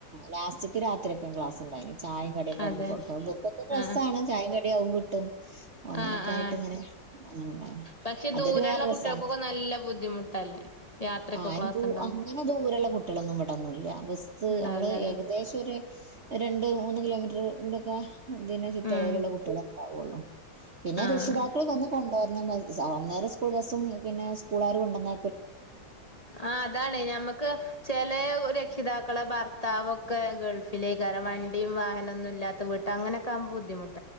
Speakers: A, on the right; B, on the left.
A: ലാസ്റ്റ്ക്ക് രാത്രിക്കെ ക്ലാസ് ഉണ്ടായിന് ചായും കടി <unintelligible> കൊടുക്കുക്കത്തി
B: അതെ
A: രസാണ്
B: ആഹ്
A: ചായിം കടിം അഹും <unintelligible> അങ്ങനെയൊക്കെ
B: ആഹ് ആഹ്
A: ആയിട്ട്ങ്ങനെ അങ്ങനെണ്ടായിന്
B: പക്ഷെ
A: അത്
B: ദൂരെയുള്ള
A: വേറെ രസാ
B: കുട്ടികൾക്കൊക്കെ നല്ല ബുദ്ധിമുട്ടല്ലേ രാത്രിയൊക്കെ
A: ആ
B: ക്ലാസ്
A: <unintelligible>
B: ഉണ്ടാവും
A: അങ്ങനെ ദൂരള്ള കുട്ടികളൊന്നും വിടൊന്നുംല്ല ബസ്
B: ഉണ്ടാവില്ലല്ലേ
A: നമ്മള് ഏകദേശരു രണ്ട് മൂന്ന് കിലോമീറ്റർന്തൊക്കെ ചുറ്റ
B: ഉം
A: അളവിലുള്ള കുട്ടികളെ ഉണ്ടാവുള്ളൂ പിന്നെ
B: ആഹ്
A: രക്ഷിതാക്കൾ വന്നു കൊണ്ടുവരണം അന്നേരം സ്കൂൾ ബസ്സും പിന്നെ സ്കൂളുകാര് കൊണ്ടുവന്ന
B: ആ അതാണ് ഞമ്മക്ക് ചെലെ രക്ഷിതാക്കളെ ഭർത്താവ് ഒക്കെ ഗൾഫിലയികാരം വണ്ടിയും വാഹനൊന്നും ഇല്ലാത്ത വീട് അങ്ങനൊക്കെ ആകുമ്പോ ബുദ്ധിമുട്ട്